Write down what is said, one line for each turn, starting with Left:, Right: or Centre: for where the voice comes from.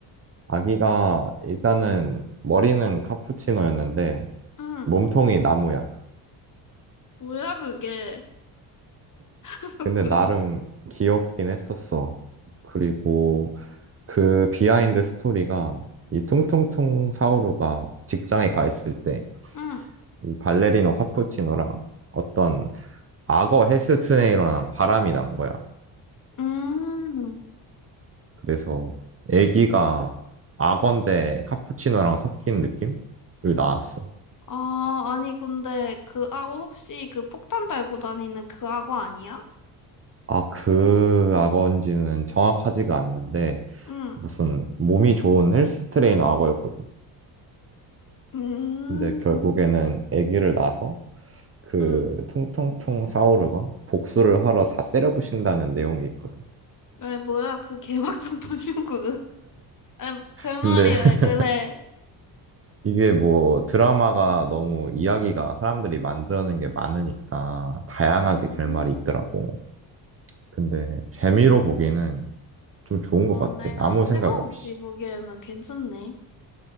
Right: 아기가 일단은 머리는 카푸치노였는데
Left: 응.
Right: 몸통이 나무야.
Left: 뭐야, 그게? <laughs>
Right: 근데
Left: 그,
Right: 나름 귀엽긴 했었어. 그리고 그 비하인드 스토리가 이 퉁퉁퉁 사오루가 직장에 가 있을 때
Left: 응.
Right: 이 발레리노 카푸치노랑 어떤 악어 헬스트레이너랑 바람이 난 거야.
Left: 음,
Right: 그래서 애기가 악어인데 카푸치노랑 섞인 느낌을 낳았어.
Left: 아, 아니, 근데 그 악어 혹시 그 폭탄 달고 다니는 그 악어 아니야?
Right: 아, 그 악어인지는 정확하지가 않는데
Left: 응,
Right: 무슨 몸이 좋은 헬스트레이너 악어였거든.
Left: 음,
Right: 근데 결국에는 애기를 낳아서 그
Left: 응
Right: 퉁퉁퉁 사오르가 복수를 하러 다 때려부신다는 내용이 있거든.
Left: 왜, 뭐야, 그 개막장 <laughs> 불륜구그. 아, 결말이
Right: 근데
Left: 왜
Right: <laughs>
Left: 그래?
Right: 이게 뭐 드라마가 너무 이야기가 사람들이 만들어낸 게 많으니까 다양하게
Left: 음.
Right: 결말이 있더라고. 근데 재미로 보기에는 좀 좋은
Left: 어,
Right: 것 같아.
Left: 네,
Right: 아무
Left: 아무 생각
Right: 생각 없이.
Left: 없이 보기에는 괜찮네.